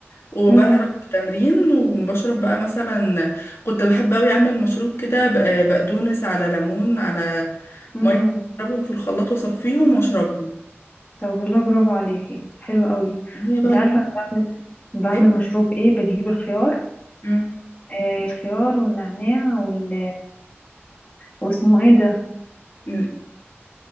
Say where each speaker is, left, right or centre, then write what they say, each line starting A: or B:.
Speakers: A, on the left; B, on the left.
A: وبلعب
B: امم
A: تمرين وبشرب بقى مثلا كنت بحب اوي اعمل مشروب كده بق- بقدونس على ليمون على
B: امم
A: ميه اضربهم في الخلاط واصفيهم واشربهم
B: طب والله برافو عليكي حلو قوي
A: هي بقى
B: انت
A: الفول
B: عارفه انا بعمل بعمل
A: حلو
B: مشروب ايه بجيب الخيار
A: مم.
B: آه الخيار والنعناع وال واسمه ايه ده
A: ال-